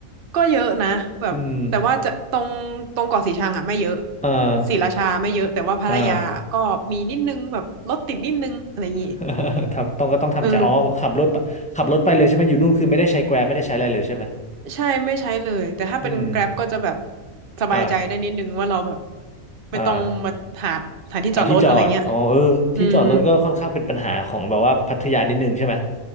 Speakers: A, on the right; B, in the centre.
A: ก็เยอะนะแบบแต่ว่าจะตรงตรงเกาะสีชังอ่ะไม่เยอะ
B: อืมเออ
A: ศรีราชาไม่เยอะแต่ว่าพัทยาก็มีนิดนึงแบบรถติดนิดนึงอะไรอย่างงี้
B: เออ <laughs> ทำต้องก็ต้องทำใจอ๋อขับรถไปขับรถไปเลยใช่ไหมอยู่นู่นคือไม่ได้ใช้
A: เอื
B: Grab ไม่ได้ใช้อะไรเลยใช่ไหม
A: ใช่ไม่ใช้เลยแต่ถ้าเป็น
B: อืม
A: Grab ก็จะแบบสบายใจได้นิดนึงว่าเราแบบ
B: อ่า
A: ไม่ต้องมาหาสถานที่จอดรถอะไรเงี้ย
B: อ่าหาที่จอดอ๋อเออที่จอดรถก็ค่อนข้างเป็นปัญหาของแบบว่าพัทยานิดนึงใช่ไหม
A: อืม